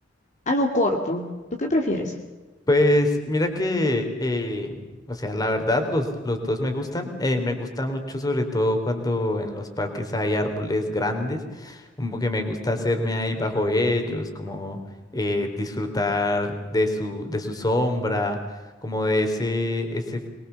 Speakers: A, on the left (about 40°); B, on the left (about 20°).
A: Algo corto. ¿Tú qué prefieres?
B: Pues mira que, eh, o sea, la verdad los, los dos me gustan. eh, me gusta mucho sobre todo cuando en los parques hay árboles grandes, como que me gusta hacerme ahí bajo ellos, como eh, disfrutar de su, de su sombra, como de ese, ese,